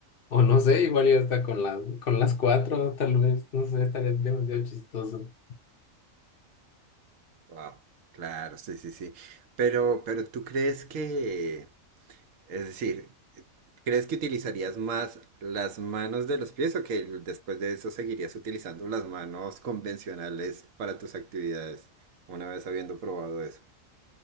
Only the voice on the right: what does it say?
wow, claro, sí, sí, sí. Pero, pero ¿tú crees que... Es decir, ¿crees que utilizarías más las manos de los pies o que l- después de eso seguirías utilizando las manos convencionales para tus actividades una vez habiendo probado eso?